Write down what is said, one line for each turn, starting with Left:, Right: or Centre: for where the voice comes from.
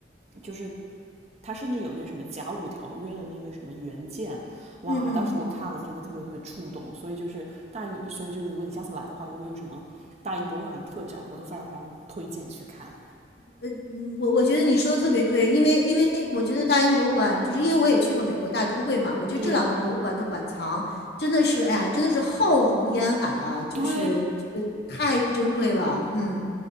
Right: 就是他甚至有那什么甲午条约的那个什么原件，哇，
Left: 嗯嗯嗯，
Right: 当时我看了真的特别特别触动。
Left: 嗯
Right: 所以就是大英，所以就是如果你下次来的话，如果有什么大英博物馆特展，我都非常非常推荐去看。
Left: 呃，嗯我我觉得你说的特别对，因为因为我觉得大英博物馆，就是因为我也去过美国大都会嘛，我觉得这两个博物馆的馆藏真的是，
Right: 嗯，
Left: 哎呀，真的是浩如烟海啊，就是这个太珍贵了，
Right: 对，
Left: 嗯